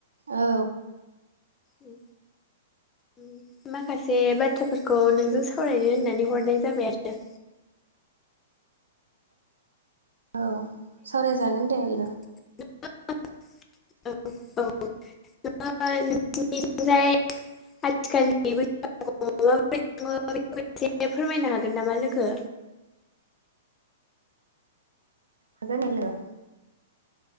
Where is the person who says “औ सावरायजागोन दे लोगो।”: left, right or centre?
Right